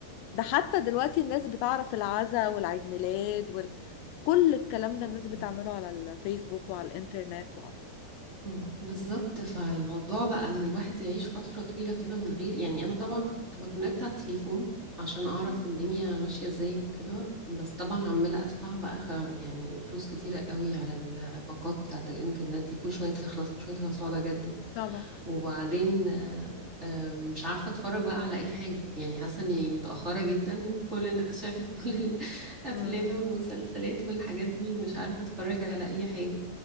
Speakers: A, on the left; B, on the right.
A: ده حتى دلوقتي الناس بتعرف العزا والعيد ميلاد وكل الكلام ده
B: مم.
A: الناس بتعمله على الفيسبوك وعلى الإنترنت وعلى
B: آه، بالظبط فالموضوع بقى ان الواحد يعيش فترة طويلة كده من غير يعني انا طبعا كنت بكونكت على التليفون عشان اعرف
A: مم.
B: الدنيا ماشية ازاي وكده بس طبعا عمالة ادفع بقى خ- يعني فلوس كتيرة قوي على الباقات بتاعة الانترنت دي كل شوية تخلص كل شوية تخلص واقعد اجدد
A: طبعا
B: وبعدين آه، آه، مش عارفة اتفرج بقى على اي حاجة يعني حاسة اني متأخرة جدا كل الناس شافت كل <laughs> الافلام
A: مم.
B: والمسلسلات والحاجات دي ومش عارفة اتفرج على اي حاجة